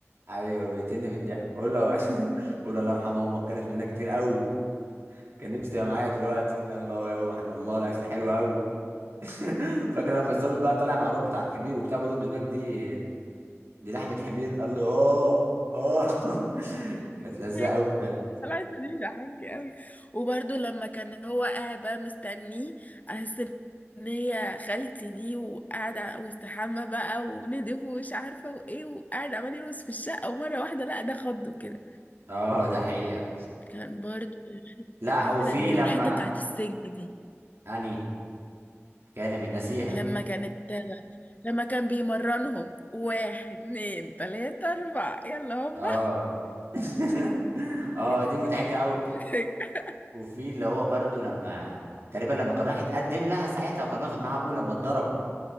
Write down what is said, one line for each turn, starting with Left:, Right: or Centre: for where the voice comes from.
Right: ايوه بيقتلني من الضحك بقول له <laughs> بقول له الله يرحم امك كانت مننا كتير قوي كان نفسي تبقى معايا دلوقتي الله يا بابا احنا الله الاكل حلو قوي <laughs> فاكر لما الظابط بقى طالع مع الواد بتاع الحمير وبتاع بيقول له بالنسبه لك دي دي لحمه حمير قال له اه اه <laughs> كانت لذيذه
Left: ايه؟
Right: قوي بجد
Left: طلعت دي ضحكني قوي وبرده لما كان هو قاعد بقى مستنيه على أساس ان هي خالتي دي وقاعد واستحمى بقى وندف ومش عارفه وايه وقاعد عمال يرقص في الشقه ومره واحده لا ده خضه كده
Right: اه ده حقيقه
Left: كان برضه
Right: لا
Left: كانت حته
Right: وفي
Left: لذيذه
Right: لما
Left: والحته بتاعت السجن دي
Right: اني كلمة نسيها
Left: لما كانت لما كان بيمرنهم واحد اتنين تلاته اربعه يلا هوبا
Right: اه <laughs> اه
Left: الحته
Right: دي
Left: دي
Right: مضحكه
Left: برضه
Right: قوي
Left: كانت <laughs>
Right: وفي اللي هو برضو لما تقريبا لما كان راح يتقدم لها ساعتها وكان واخد معاه ابوه لما اتضربوا